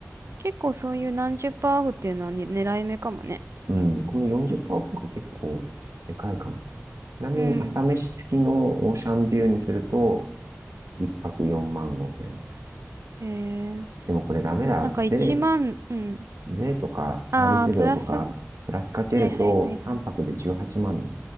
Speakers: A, on the right; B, on the right.
A: 結構そういう何十パーオフっていうのはに狙い目かもね。
B: うん、この40%オフとか結構でかいかも。ちなみに朝飯付きのオーシャンビューにすると、
A: うん。
B: 1泊4万5千円。
A: へえ、
B: でもこれダメだ。
A: なんか1万、
B: 税、
A: うん。
B: 税とかサービス料とか、
A: ああ、プラス、は
B: プラスかけると3泊で18万だ。
A: いはいはいはい。